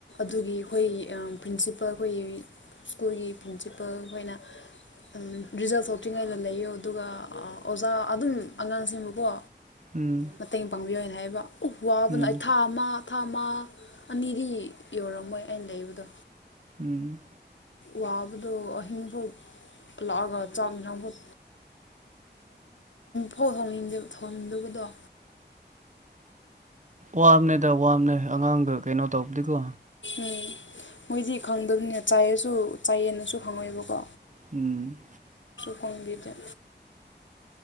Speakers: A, on the left; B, on the right.
A: ꯑꯗꯨꯒꯤ ꯑꯩꯈꯣꯏ ꯄ꯭ꯔꯤꯟꯁꯤꯄꯜ ꯑꯩꯈꯣꯏꯒꯤ ꯁ꯭ꯀꯨꯜꯒꯤ ꯄ꯭ꯔꯤꯟꯁꯤꯄꯜ ꯑꯩꯈꯣꯏꯅ ꯎꯝ ꯔꯤꯖꯜ ꯊꯣꯛꯇ꯭ꯔꯤꯉꯩꯗ ꯂꯩꯌꯣ ꯑꯗꯨꯒ ꯑꯣꯖꯥ ꯑꯗꯨꯝ ꯑꯉꯥꯡꯁꯤꯡꯕꯨꯀꯣ
B: ꯎꯝ
A: ꯃꯇꯦꯡ ꯄꯥꯡꯕꯤꯌꯣꯅ ꯍꯥꯏꯕ ꯎ ꯋꯥꯕꯅ
B: ꯎꯝ
A: ꯑꯩ ꯊꯥ ꯑꯃ ꯊꯥ ꯑꯃ ꯑꯅꯤꯗꯤ ꯌꯧꯔꯝꯃꯣꯏ ꯑꯩꯅ ꯂꯩꯕꯗꯣ
B: ꯎꯝ
A: ꯋꯥꯕꯗꯣ ꯑꯍꯤꯡꯐꯥꯎ ꯂꯥꯛꯑꯒ ꯆꯥꯛꯃꯤꯅꯥꯥꯡꯐꯥꯎ ꯐꯥꯎ ꯊꯣꯡꯅꯤꯡꯗꯦꯕ ꯊꯣꯡꯗꯕꯗꯣ
B: ꯋꯥꯝꯅꯦꯗ ꯋꯥꯝꯅꯦ ꯑꯉꯥꯡꯗ ꯀꯩꯅꯣ ꯇꯧꯕꯗꯤꯀꯣ
A: ꯎꯝ ꯃꯣꯏꯗꯤ ꯈꯪꯗꯕꯅꯤꯅ ꯆꯥꯏꯑꯁꯨ ꯆꯥꯏꯌꯦꯅꯁꯨ ꯈꯪꯉꯣꯏꯕꯀꯣ
B: ꯎꯝ
A: ꯁꯣꯡꯕꯤꯤꯗ